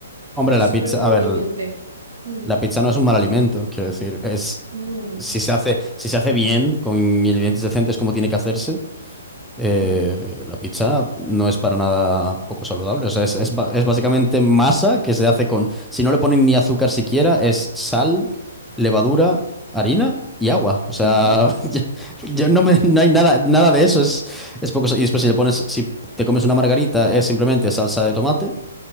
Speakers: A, in the centre; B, on the right.
A: Hombre,
B: pero es
A: la
B: súper
A: pizza...
B: conveniente.
A: A ver.
B: Mm,
A: La pizza no es un mal alimento, quiero decir, es
B: no.
A: si se hace, si se hace bien, con ingredientes decentes como tiene que hacerse, eh,
B: mm,
A: la pizza no es para nada poco saludable. O sea, es, es ba- es básicamente masa que se hace con, si no le ponen ni azúcar siquiera, es sal, levadura, harina y agua. O sea,
B: ujú,
A: <laughs> yo, yo no me, no hay nada, nada de eso, es, es poco. sa- Y después si le pones, si te comes una margarita, es simplemente salsa de tomate